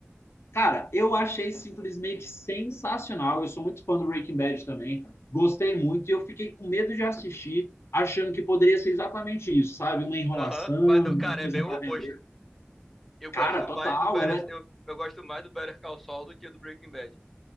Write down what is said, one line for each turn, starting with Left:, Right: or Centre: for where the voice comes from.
Left: Cara, eu achei simplesmente sensacional. Eu sou muito fã do Breaking Bad também. Gostei muito e eu fiquei com medo de assistir, achando que poderia ser exatamente isso, sabe? Uma enrolação,
Centre: Aham, mas não,
Left: uma
Centre: cara,
Left: coisa
Centre: é bem o
Left: para
Centre: oposto.
Left: vender.
Centre: Eu gosto
Left: Cara, total.
Centre: mais do Better,
Left: Ela é...
Centre: eu, eu gosto mais do Better Call Saul do que do Breaking Bad.